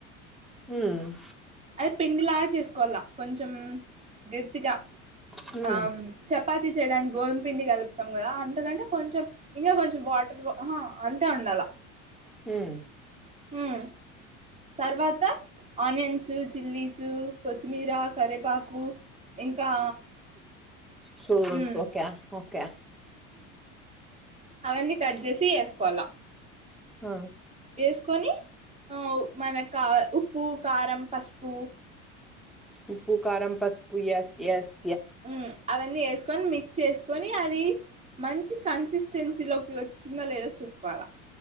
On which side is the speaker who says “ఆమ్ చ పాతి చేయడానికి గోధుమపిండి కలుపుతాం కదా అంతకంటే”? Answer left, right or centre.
Right